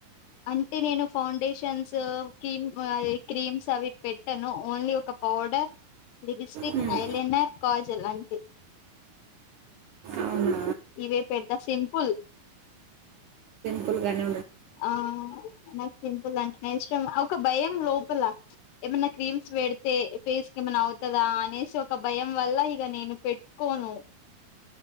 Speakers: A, on the left; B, on the right.
A: అంటే నేను ఫౌండేషన్స్ కీమ్ అద క్రీమ్స్ అవి పెట్టాను ఓన్లీ ఒక powder lipstick
B: um,
A: eyeliner kajal అంతే
B: అవునా
A: ఇవే పెడతా సింపుల్
B: ఫుల్ గానే
A: ఆ నాకు సింపుల్ అంటే ఇష్టం ఒక భయం లోపల ఏమన్నా క్రీమ్స్ పెడితే ఫేస్ ఏమనా అవుతదా అనేసి ఒక భయం వల్ల ఇగ నేను పెట్టుకోను